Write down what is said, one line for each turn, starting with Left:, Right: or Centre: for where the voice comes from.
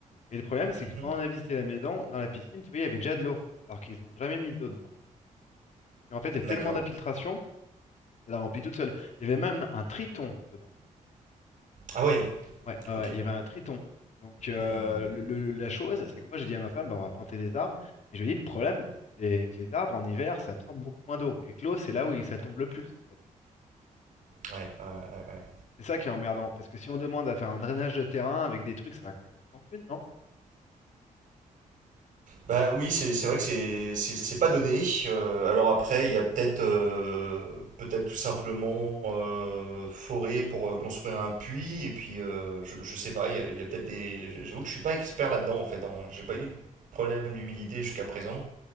Left: Et le problème, c'est
Right: Mhm.
Left: que quand on a visité la maison, dans la piscine, tu vois, il y avait déjà de l'eau, alors qu'ils n'ont jamais mis d'eau dedans. Et en fait, il y a
Right: D'accord.
Left: tellement d'infiltration, ça la remplit toute seule. Il y avait même un triton dedans.
Right: Ah ouais.
Left: Ouais, ouais,
Right: Ok.
Left: ouais, il y avait un triton. Donc euh,
Right: Hmm.
Left: le- le- la chose, c'est que moi j'ai dit à ma femme, bah, on va planter des arbres, mais je lui ai dit le problème, c'est que les arbres en hiver, ça absorbe beaucoup moins d'eau. Et que l'eau, c'est là où il- ça tombe le plus, en fait.
Right: Ouais. ouais, ouais, ouais.
Left: C'est ça qui est emmerdant, parce que si on demande à faire un drainage de terrain avec des trucs, ça va coûter une fortune, non?
Right: Bah oui, c'est c'est vrai que c'est c'est c'est pas donné. Euh, alors après, il y a peut-être euh, peut-être tout simplement euh, forêt pour euh, construire un puits et puis euh, je, je sais pas. Il y a, il y a peut-être des. J'avoue que je suis pas expert là-dedans en fait. en- J'ai pas eu de problème d'humidité jusqu'à présent.